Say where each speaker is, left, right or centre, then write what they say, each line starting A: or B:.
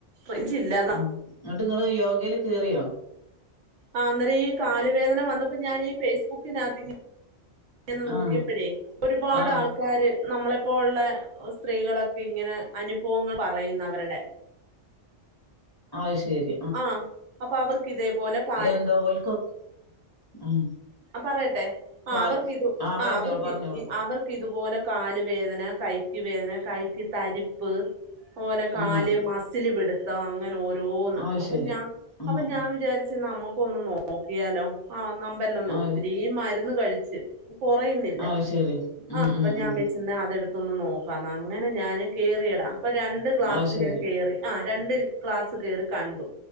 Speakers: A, on the right; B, on the left.
A: റേഞ്ചി ഇല്ലാ അതാ
B: എന്നിട്ട് നിങ്ങൾള് യോഗയിൽ കയറിയോ
A: ആ അന്നേരം ഈ കാല വേദന വന്നപ്പോൾ ഞാൻ ഫേസ്ബുക്ക് നിന്ന് ഇങ്ങനെ നോക്കിയപ്പോഴേ
B: ആഹ്
A: ഒരുപാട്
B: ആഹ്
A: ആൾക്കാാര് നമ്മളെപ്പോലുള്ള സ്ത്രീകൾ ഇങന് അനുഭവങ്ങൾ പറയുനവരുടൊ
B: അത് ശെരി
A: ആ അപ്പോൾ അവർക്ക് ഇതേപോലെ കാല്
B: എന്താ ഓൽക്കൊക്കെ ഉം
A: ആ പറയട്ടെ ആ
B: കാൽ
A: അവർക്ക് ഇത്
B: ആഹ്
A: ആ
B: പറഞ്ഞോളൂ
A: അവർക്ക്
B: പറഞ്ഞോളൂ
A: അവർക്ക് ഇതുപോലെ കാാലുവേദന കൈക്ക് വേദന കൈക്ക് തരിപ് ഉപ്പ് അതുപോലെ കാല്
B: ആഹ്
A: മസില് പിടുത്തം അങ്ങനെ ഓരോന്ന്
B: അത്
A: അപ്പം
B: ശരി
A: ഞാൻ
B: ആഹ്
A: അപ്പം ഞാൻ വിചാരിച്ചു നമ്മുക്ക് ഒന്ന് നോക്കിയാലോ ആഹ് നമ്പല്ലാം ഒന്നെ
B: ആഹ്
A: ഒത്തിരി
B: അത്
A: മരുന്ന് കഴിച്ചച്ച് കൊറയുന്നില്ല
B: ആഹ് അത് ശരി ഉം
A: ആ അപ്പംഞാന്‍
B: ഉം ഉം
A: വിജയിച്ച് അതെടുത്ത് ഞാന് കേറിടാം അപ്പൊ രണ്ട് ഗ്ലാസ്
B: അത് ശരി
A: ഞാൻ കേറി ഇന്ന് നോക്കാവുന്ന അങ്ങനെ ഞാൻ രണ്ട് ഗ്ലാസ് ഒന്ന് കേ കയറിയതാ ആ രണ്ട് ക്ലാസ്സ് കയറി കണ്ടു